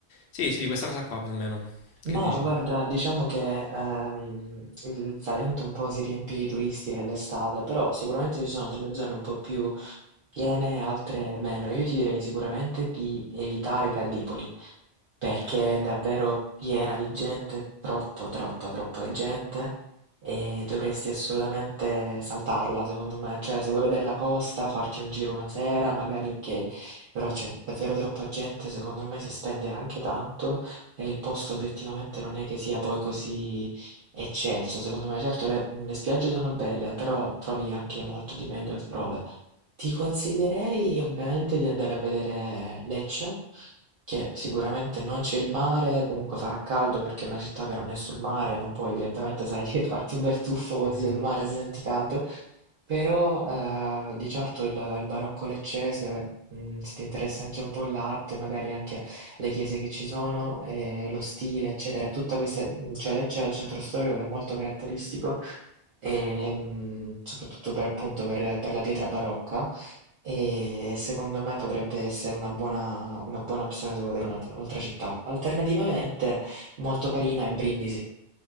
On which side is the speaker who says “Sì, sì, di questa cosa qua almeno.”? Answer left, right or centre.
Left